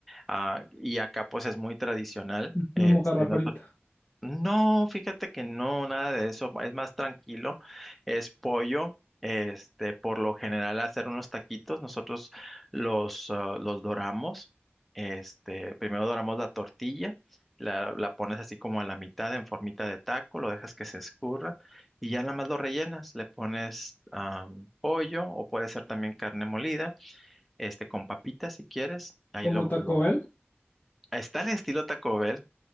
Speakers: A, in the centre; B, on the left.
A: ah, y acá pues es muy tradicional,
B: <laughs>
A: este,
B: Una mojarra
A: no
B: frita.
A: No, fíjate que no, nada de eso, es más tranquilo, es pollo, este, por lo general hacer unos taquitos, nosotros los, ah, los doramos, este, primero doramos la tortilla, la, la pones así como a la mitad en formita de taco, lo dejas que se escurra y ya nada más lo rellenas, le pones am, pollo o puede ser también carne molida, este, con papitas si quieres, ahí
B: ¿Como
A: lo,
B: Taco
A: lo,
B: Bell?
A: está el estilo Taco Bell,